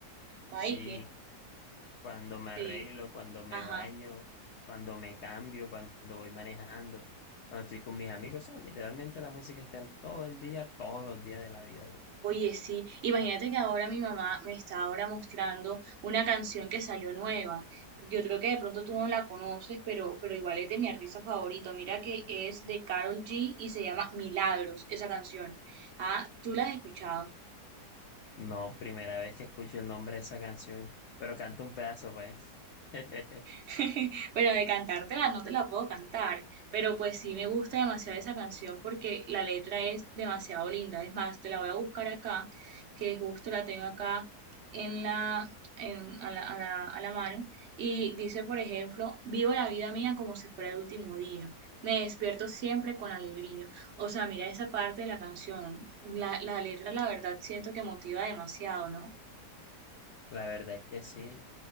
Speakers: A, on the right; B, on the left.
A: Ay,
B: Sí,
A: qué.
B: cuando me arreglo,
A: Sí,
B: cuando me
A: ajá.
B: baño, cuando me cambio, cuando voy manejando, cuando estoy con mis amigos, o sea, literalmente la música está en todo el día, todos los días de la vida. de uno.
A: Oye, sí, imagínate que ahora mi mamá me está ahora mostrando una canción que salió nueva. Yo creo que de pronto tú no la conoces, pero, pero igual es de mi artista favorito. Mira que es de Karol G y se llama Milagros, esa canción. Ah, ¿tú la has escuchado?
B: No, primera vez que escucho el nombre de esa canción, pero canto un pedazo, pues. <laughs>
A: <laughs> Pero de cantártela no te la puedo cantar, pero pues sí me gusta demasiado esa canción porque la letra es demasiado linda. Es más, te la voy a buscar acá, que justo la tengo acá en la, en- a la, a la, a la mano. Y dice, por ejemplo, vivo la vida mía como si fuera el último día. Me despierto siempre con alegría. O sea, mira esa parte de la canción. La, la letra, la verdad, siento que motiva demasiado, ¿no?
B: La verdad es que sí,